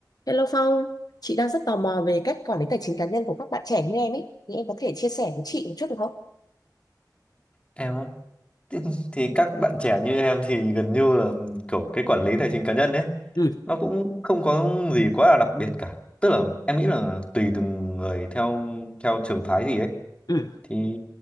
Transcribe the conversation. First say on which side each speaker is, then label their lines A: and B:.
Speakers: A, on the left; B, on the left.
A: Hello Phong, chị đang rất tò mò về cách quản lý tài chính cá nhân của các bạn trẻ như em ấy, thì em có thể chia sẻ với chị một chút được không?
B: em á thì, thì các bạn trẻ như em thì gần như là kiểu cái quản lý tài chính cá nhân ấy
A: ừ
B: nó cũng không có gì quá là đặc biệt cả tức là em nghĩ là tùy từng người theo theo trường phái gì ấy
A: ừ
B: thì